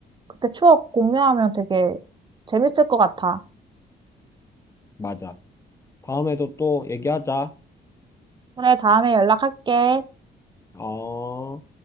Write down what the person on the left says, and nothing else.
맞아. 다음에도 또 얘기하자.
어...